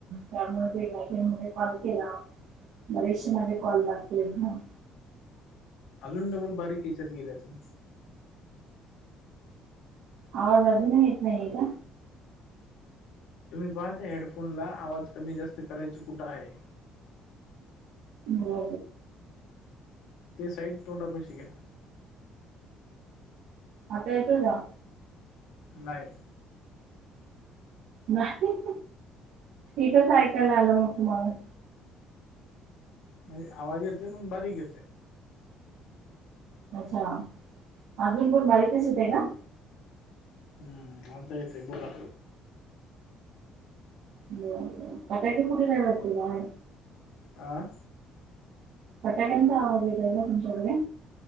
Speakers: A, on the right; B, on the left.
A: त्यामुळे ते गामध्ये कॉल केला बरीच मध्ये कॉल बॅक के ना
B: अजून डबल बारीक याच्यात गेल्यातून
A: आवाज अजून येत नाहीय का
B: तुम्ही पाहात हेडफोन ला आवाज कमी जास्त करायचा कुठं आहे
A: हो
B: ते साईड तोंडा प शिक्या
A: आता येतो जा
B: नाही
A: नाही इथच ऐकाल आलं मग तुम्हाला
B: म्हणजे आवाज येते पण बारीक येते
A: अच्छा अजून पण बारीकच येते ना
B: हम्म आता येत आहे बोला
A: हो आता का कुठे जा भ आहे
B: आं
A: हटाकेंत आेतय तुमच्याकडे